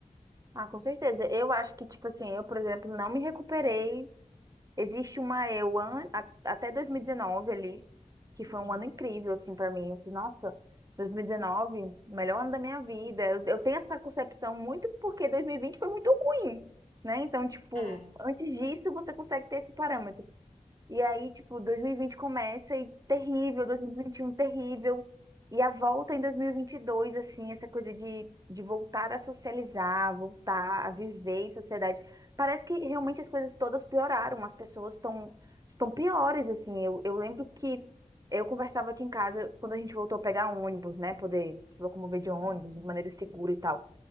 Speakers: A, on the right (about 25°); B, on the left (about 80°).
A: Ah, com certeza. Eu acho que, tipo assim, eu, por exemplo, não me recuperei. Existe uma eu an- a- até
B: Uhum.
A: 2019 ali, que foi
B: Uhum.
A: um ano incrível, assim, pra mim. Eu fiz, nossa, 2019, melhor ano da minha vida. Eu, eu tenho essa concepção muito porque 2020 foi muito ruim, né? Então, tipo,
B: É.
A: antes disso, você consegue ter esse parâmetro. E aí, tipo, 2020 começa e terrível, 2021 terrível. E a volta em 2022, assim, essa coisa de, de voltar a socializar, voltar a viver em sociedade. Parece que realmente as coisas todas pioraram, as pessoas estão estão piores, assim. Eu, eu lembro que eu conversava aqui em casa quando a gente voltou a pegar ônibus, né? Poder se locomover de ônibus
B: Uhum.
A: de maneira segura e tal.